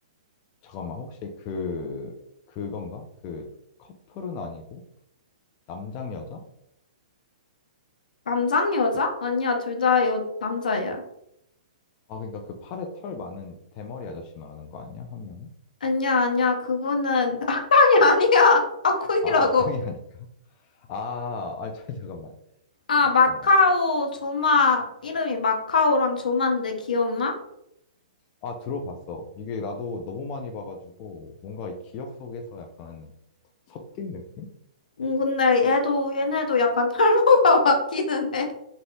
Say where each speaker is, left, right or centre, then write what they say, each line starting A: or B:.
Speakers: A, on the left; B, on the left.
A: 잠깐만, 혹시 그, 그건가? 그 커플은 아니고 남장 여자?
B: 남장 여자?
A: 그-
B: 아니야 둘 다 여 남자야.
A: 아, 그러니까 그 팔에 털 많은 대머리 아저씨 말하는 거 아니야? 한 명은?
B: 아니야 아니야 그분은 <laughs> 악당이 아니야. 아코이라고.
A: 아, 악당이 아닐까? 아, 아, <laughs> 저- 잠깐만,
B: 아
A: 잠깐만.
B: 마카오 조마 이름이 마카오랑 조마인데 기억나?
A: 아, 들어봤어. 이게 나도 너무 많이 봐가지고 뭔가 이 기억 속에서 약간 섞인 느낌?
B: 음 근데 얘도 얘네도 약간 <laughs> 탈모가 왔기는 해.